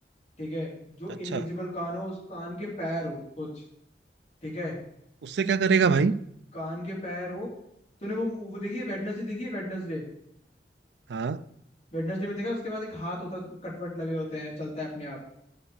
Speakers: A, on the left (about 40°); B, on the right (about 75°).
A: ठीक है जो
B: अच्छा
A: इनविजिबल कान हो उस कान के पैर हो सोच ठीक है
B: उससे क्या करेगा भाई
A: कान के पैर हो तूने वो वो देखिए वेडनेसडे देखिए वेडनेसडे
B: हाँ
A: वेडनेसडे में देखा उसके पास एक हाथ होता है उसमें कटवट लगे होते हैं चलता है अपने आप